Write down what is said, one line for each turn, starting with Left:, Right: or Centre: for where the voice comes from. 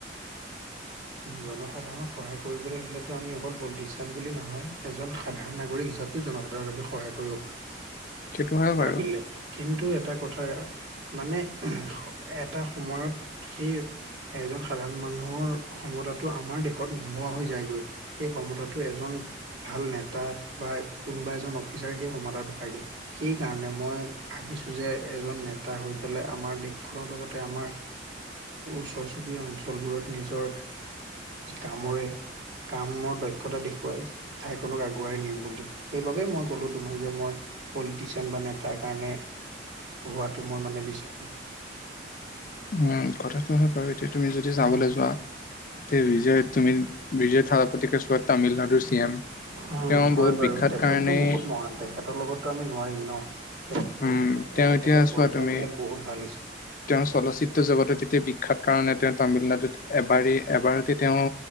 Right: জনসাধাৰণক সহায় কৰিবলৈ হলেতো আমি অকল পলিটিচিয়ান বুলি নহয় এজন সাধাৰণ নাগৰিক হিচাপে সেই জনসাধাৰণক আমি সহায় কৰিব পাৰোঁ
Left: সেইটো হয় বাৰু
Right: ভাবিলে কিন্তু এটা কথা মানে এটা সময়ত সেই এজন সাধাৰণ মানুহৰ ক্ষমতাটো আমাৰ দেশত নোহোৱা হৈ যায়গৈ সেই ক্ষমতাটো এজন ভাল নেতা বা কোনোবা এজন অফিচাৰে সেই ক্ষমতাটো পাইগৈ সেইকাৰণে মই ভাবিছোঁ যে এজন নেতা হৈ পেলাই আমাৰ দেশখনৰ লগতে আমাৰ ওচৰ চুবুৰীয়া অঞ্চলবোৰত নিজৰ কামৰে কামৰ দক্ষতা দেখুৱাই ঠাইকনক আগুৱাই নিম বুলি সেইবাবে মই কলো তোমাক যে মই পলিটিচিয়ান বা নেতাৰ কাৰণে হোৱাটো মই মানে বিচাৰোঁ
Left: উম কথাটো হয় বাৰু এতিয়া তুমি যদি যাবলৈ
Right: উম
Left: যোৱা তে বিজয় তুমি বিজয় থাৰাপতিকেছোৱা তামিলনাডুৰ চি এম
Right: উম
Left: তেওঁ
Right: হয়
Left: বহুত
Right: বাৰু
Left: বিখ্যাত
Right: তেখেতটো
Left: কাৰণেই
Right: বহুত মহান তেখেতৰ লগতো আমি নোৱাৰিম ন বহুত
Left: উম তেওঁ
Right: তেখেতৰ
Left: এতিয়া
Right: কৰ্মবিলাক
Left: চোৱা তুমি
Right: বহুত ভাল হৈছে
Left: তেওঁ চলচ্চিত্ৰ জগতত তেতিয়া বিখ্যাত কাৰণে তেওঁ তামিলনাডুত এবাৰেই এবাৰতে তেওঁ